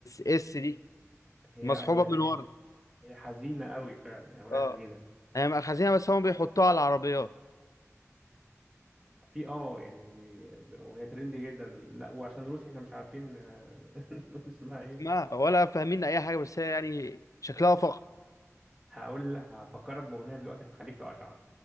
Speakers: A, on the left; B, on the right.
A: اس دي
B: هي
A: مصحوبه
B: هي
A: من ورا
B: هي حزينة قوي فعلا يعني أغنية
A: اه
B: حزينة
A: هي مأخذينها بس هم بيحطوها على العربيات
B: في اه يعني وهي ترندي جدا لا وعشان روسي احنا مش عارفين آه، <laughs> نقول اسمها ايه
A: اسمها ولا فاهمين اي حاجة بس هي يعني شكلها فخم
B: هقول هفكرك بأغنية دلوقتي هتخليك تقشعر